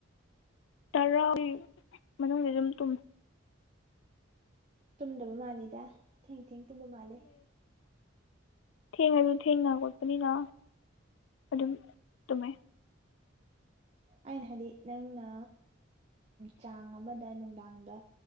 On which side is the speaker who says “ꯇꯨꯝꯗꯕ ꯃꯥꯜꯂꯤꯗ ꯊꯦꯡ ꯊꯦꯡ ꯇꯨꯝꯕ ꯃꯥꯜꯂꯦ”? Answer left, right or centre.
Right